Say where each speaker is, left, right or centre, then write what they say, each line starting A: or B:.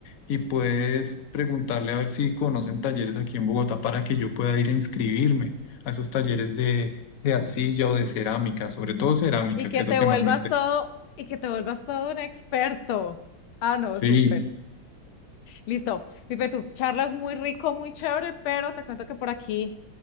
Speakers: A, on the left; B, on the left.
A: y puedes preguntarle a ver si conocen talleres aquí en Bogotá para que yo pueda ir a inscribirme a esos talleres de, de arcilla o de cerámica, sobre todo cerámica,
B: Y que
A: que es
B: te
A: lo que
B: vuelvas
A: más me interesa.
B: todo, y que te vuelvas todo un experto. Ah, no,
A: Sí,
B: súper. Listo. Pipe, tú charlas muy rico, muy chévere, pero te cuento que por aquí